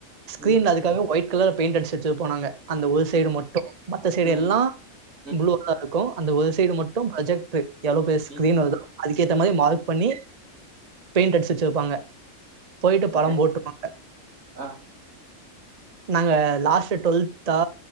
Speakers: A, on the right (about 35°); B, on the right (about 75°).
A: ஸ்க்ரீன்ல
B: ம்
A: அதுக்காகவே ஒயிட் கலர் பெயிண்ட் அடிச்சு வச்சுருப்போ நாங்க அந்த ஒரு சைடு
B: ம்
A: மட்டு மத்த சைடு
B: ம்
A: எல்லா
B: ம் ம்
A: ப்ளூதா இருக்கு அந்த ஒரு சைடு மட்டு ப்ரொஜெக்ட்ரு எளோ பெரிய ஸ்கீரின்
B: ம் ம்
A: வருதோ அதுக்கேத்த மாரி மார்க் பண்ணி பெயிண்ட் அடிச்சு வெச்சிருப்பாங்க போயிட்டு படம்
B: ஓகே
A: போட்டு பாங்க
B: ஆ
A: நாங்க லாஸ்ட் டுவல்தா